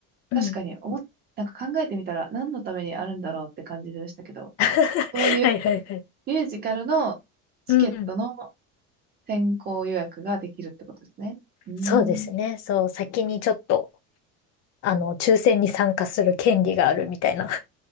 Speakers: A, on the left; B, on the right.
A: うん。
B: 確かに思っ、なんか考えてみたら何のためにあるんだろうって感じでしたけど、
A: <laughs>
B: そういう
A: はいはいはい。
B: ミュージカルのチケットの
A: うんうん。
B: 先行予約ができるってことですね。うー
A: そうですね。
B: ん。
A: そう、先にちょっと、あの、抽選に参加する権利があるみたいな、<laughs>